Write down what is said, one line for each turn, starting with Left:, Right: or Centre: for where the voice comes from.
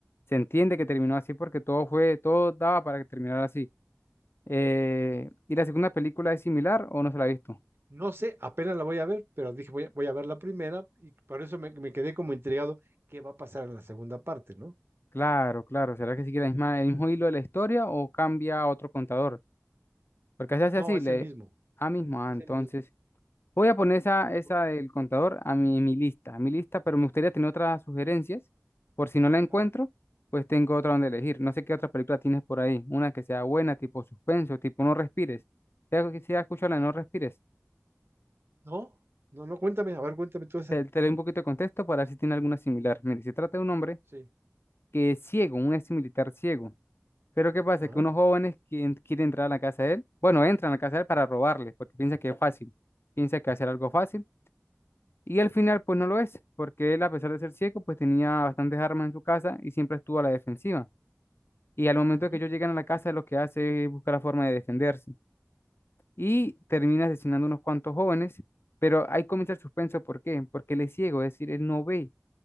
Left: se entiende que terminó así porque todo fue, todo daba para que terminara así. Eh, ¿y la segunda película es similar o no se la ha visto?
Right: No sé, apenas la voy a ver, pero dije voy a, voy a ver la primera y por eso me, me quedé como intrigado qué va a pasar en la segunda parte, ¿no?
Left: Claro, claro. ¿Será que sigue la misma, el mismo hilo de la historia o cambia a otro contador? Porque se hace
Right: No,
Left: así,
Right: es
Left: le...
Right: el mismo,
Left: Ah, mismo,
Right: es
Left: ah, entonces.
Right: el mismo.
Left: Voy a poner esa, esa
Right: Por-
Left: del contador a mi, mi lista, a mi lista, pero me gustaría tener otras sugerencias. Por si no la encuentro,
Right: Ajá.
Left: pues tengo otra donde elegir. No sé qué otra película tienes por ahí. Una que sea buena, tipo suspenso, tipo No Respires. Si has, si has escuchado la de No Respires,
Right: No, no, no, cuéntame, a ver, cuéntame tú esa.
Left: te, te doy un poquito de contexto para ver si tiene alguna similar. Mire, se trata de un hombre
Right: Sí.
Left: que es ciego, un ex militar ciego. Pero ¿qué pasa?
Right: Ajá.
Left: Que unos jóvenes quien- quieren entrar a la casa de él, bueno, entran a la casa de él para robarle, porque piensa que es fácil. Piensa que va a ser algo fácil Y al final, pues no lo es, porque él, a pesar de ser ciego, pues tenía bastantes armas en su casa y siempre estuvo a la defensiva. Y al momento
Right: Ujú.
Left: de que ellos llegan a la casa, lo que hace es buscar la forma de defenderse. Y termina asesinando unos cuantos jóvenes, pero ahí comienza el suspenso. ¿Por qué? Porque él es ciego, es decir, él no ve.